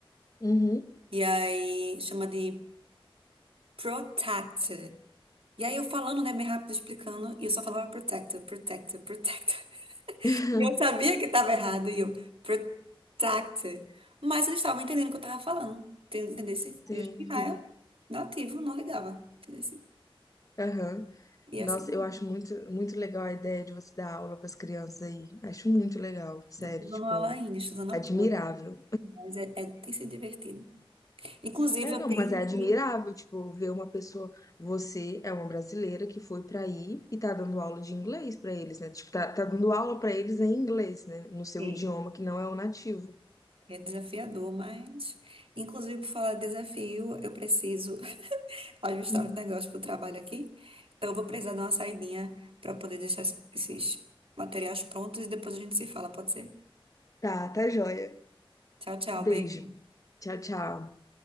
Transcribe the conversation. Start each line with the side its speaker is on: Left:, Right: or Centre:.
Left: Uhum.
Right: E aí chama de protractor. E aí eu falando, né, bem rápido, explicando, e eu só falava protector, protector, protector.
Left: <laughs>
Right: E eu sabia que estava errado, e eu, protected. Mas eles estavam entendendo o que eu estava falando. Enten- Entendesse?
Left: Sim,
Right: E o
Left: sim.
Right: nativo, não ligava. Entendesse?
Left: Aham.
Right: E
Left: Nossa,
Right: assim,
Left: eu acho muito, muito legal a ideia de você dar aula para as crianças aí. Acho muito legal, sério,
Right: não estou dando
Left: tipo,
Right: aula ainda, estou dando
Left: admirável.
Right: apoio. Mas é, é- tem sido divertido. Inclusive,
Left: É,
Right: eu
Left: não,
Right: tenho
Left: mas é admirável,
Right: que.
Left: tipo, ver uma pessoa. Você é uma brasileira que foi pra aí e tá dando aula de inglês pra eles, né? Tipo, tá, tá dando aula pra eles em inglês, né? No seu
Right: É,
Left: idioma que não é o nativo.
Right: é desafiador, mas. Inclusive, por falar de desafio, eu preciso <laughs> ajustar
Left: Uhum.
Right: os negócios para o trabalho aqui. Então, eu vou precisar dar uma saidinha para poder deixar es- esses materiais prontos e depois a gente se fala, pode ser?
Left: Tá, tá joia.
Right: Tchau, tchau.
Left: Beijo.
Right: Beijo.
Left: Tchau, tchau.